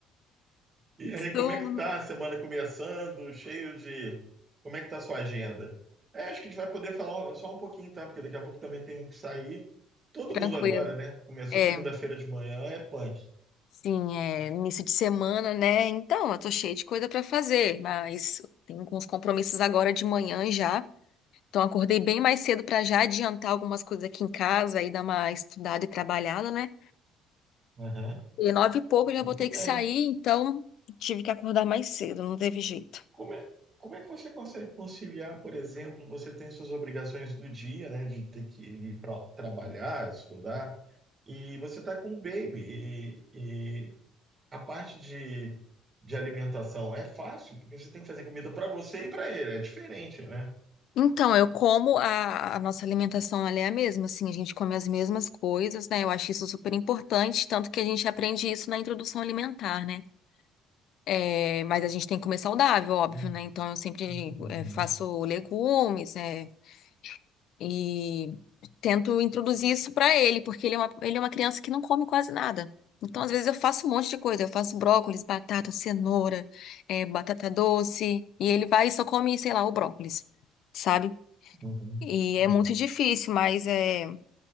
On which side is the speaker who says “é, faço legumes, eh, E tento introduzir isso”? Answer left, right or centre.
Left